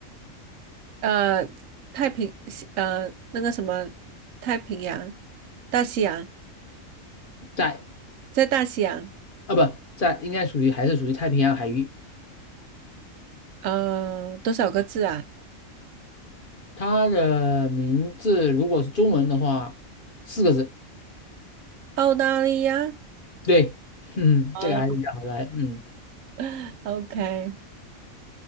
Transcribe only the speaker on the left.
在
啊，不在，应该属于还是属于太平洋海域。
它的名字如果是中文的话，四个字，
对，嗯，
这个还是比较好来，嗯，